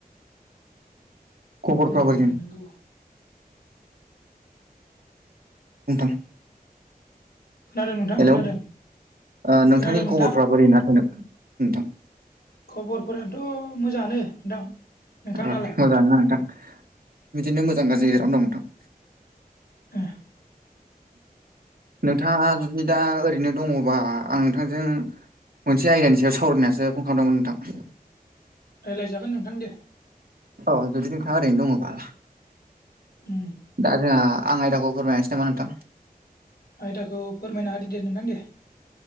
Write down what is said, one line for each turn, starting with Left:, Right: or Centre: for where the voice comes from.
Right: खबरफ्रा
Left: मे
Right: बोरै
Left: नोंगौ
Right: <unintelligible>
Left: खोनादों नोंथां
Right: हेलौ
Left: खोनादों
Right: ओ नोंथांनि
Left: खोनादों नोंथां।
Right: खबरफ्रा बोरै ना <unintelligible>
Left: खबरफोराथ' मोजाङानो नोंथां। नोंथांनालाय?
Right: अ मोजाङानो ना नोंथां बिदिनो मोजां गाज्रि गेजेरावनो दं नोंथां।
Left: ए
Right: नोंथाङा जुदि दा ओरैनो दङबा आं नोंथांजों मोनसे आयदानि सायाव सावरायनानैसो फन खालामदोंमोन नोंथां।
Left: रायलायजागोन नोंथां दे।
Right: अ जुदि नोंथाङा ओरैनो दङबा।
Left: उम
Right: दा जोंहा आं आयदाखौ फोरमायसै नामा नोंथां
Left: आयदाखौ फोरमायना होादो दे नोंथां दे।